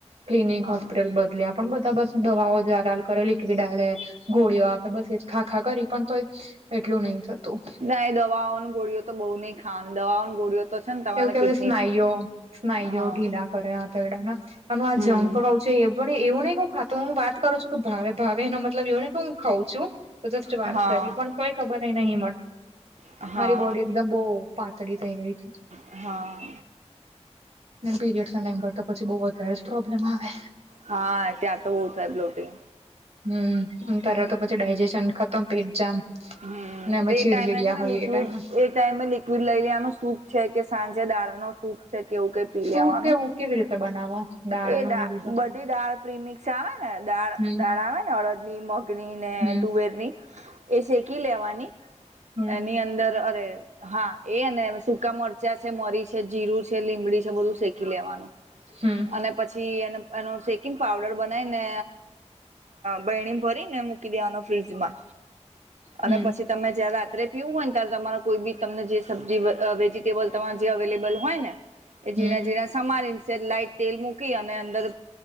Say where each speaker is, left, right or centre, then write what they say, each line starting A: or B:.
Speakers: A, on the right; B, on the right.
A: ક્લિનિક
B: હા
A: હોસ્પિટલ બદલે આપ પણ બધા પાસુ દવાઓ જ કરે લિક્વિડ હ. ગોળીઓ આપે બસ એજ ખાખા કરી પણ તોય એટલું નહી. થતું
B: ના દવાઓનું ગોળીઓ તો બહુ નહીિ ખાવાનું દવાઓનું ગોળીઓ તો છે ને તમારા
A: એવું કેવાય
B: કિડની
A: સ્નાયુઓ સ્નાયુઓ
B: હા
A: ઢીલા કરે હતા એ અને આ
B: હમ
A: જંક કઉ. એવું નને કેું ખાતું હું વાત કરું છું કે ભાવે ભાવે એનો મતલબ એવુંને કે હું ખઉં છું. તોધ વાત
B: હા
A: કરી પણ કોઈ ખબર ન. ત
B: હા
A: મારી બોડી એકદમ બહ પાતળી થઈ ગઈ છે?
B: હા.
A: પીરિડ ના ટાઈમ પર તો પછી બ પ્રોબ્લેમ આવે.
B: હા ત્યાં તો બહુ થાય બ્લોટિંગ
A: હમ ત્યારે
B: હમ
A: તો પછી ડાયજેશન ખતમ પેટ જામ.
B: હમ
A: અને અમે
B: તે
A: ચીડચીડિયા
B: એ ટાઈમે છે ને
A: હોઈએ
B: લિક્વિડ
A: એ ટાઈમે
B: એ ટાઈ લિક્વિડ લઈ લેવાનું સૂપ છે કે સાંજે દાળ નો સૂપ છે કે એવું કઈ. પી
A: સૂપ
B: લેવાનું
A: કેવું કેવી રીતે બનાવો દાળ
B: એ
A: નો
B: દા
A: ને બધો
B: બધી દાળ પ્રિમિક્સ આવે ને દા
A: હમ
B: દાળ આવે ને અળદ ની મગની ને
A: હમ
B: તુવેર ની એ શેકી લેવાની
A: હમ
B: એની અંદર અરે હા એ ને સકા મરચા છે, મરી છે જીરું છે લીમડી છે બધું શેકી લેવાનુ
A: હમ
B: અને પછી એને એનો શેકિંગ પાવડર બનાઈને બહેણી ભરીને મૂકી દેવાનો ફ્રીજમા
A: હમ
B: અને પછી તમે જયારે, રાત્રે પીવું હોય ને ત્યારે તમારે કોઈ બી તમને જે સબ્જી વેજીિટેબલ તમારે જે અવેલેબલ હોય ને એ
A: હમ
B: ઝીણા ઝીણા સમારીને લાઈટ તેલ મૂકી અને અંદર